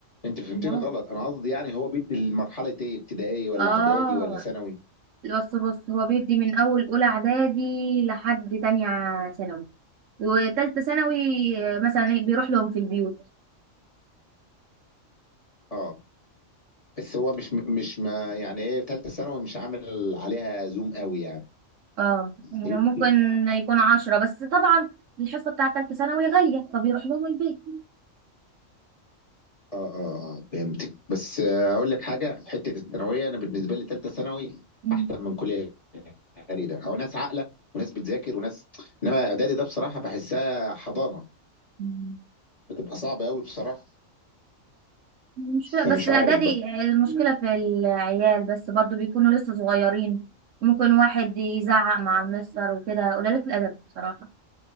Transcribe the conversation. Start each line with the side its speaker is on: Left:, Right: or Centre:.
Left: انت فهمتني
Right: امال
Left: غلط انا قصدي يعني هو بيدي المرحله ايه ابتدائي ولا
Right: اه
Left: اعدادي ولا ثانوي؟
Right: بص بص هو بيدي من اول اولى اعدادي لحد تانية ثانوي وتالتة ثانوي آه، مثلا إيه، بيروح لهم في البيوت
Left: اه بس هو مش مش ما يعني ايه في ثالثه ثانوي مش عامل عليها زوم قوي يعني
Right: اه يعني
Left: يدي-
Right: ممكن يكون عشرة بس طبعا الحصة بتاعة تالتة ثانوي غالية فبيروح لهم البيت
Left: اه اه اه فهمتك بس آه، اقول لك حاجه في حته الثانويه انا بالنسبه لي ثالثه ثانوي
Right: مم.
Left: احسن من كل تقريبا او ناس عاقله وناس بتذاكر وناس انما اعدادي ده بصراحه بحسها حضانه
Right: مم.
Left: بتبقى صعبه قوي بصراحه
Right: المشكلة بس
Left: انا مش
Right: إعدادي
Left: عارف بقى
Right: المشكلة في العيال بس برضو بيكونوا لسه صغيرين ممكن واحد يزعق مع المستر وكده قليلة الأدب بصراحة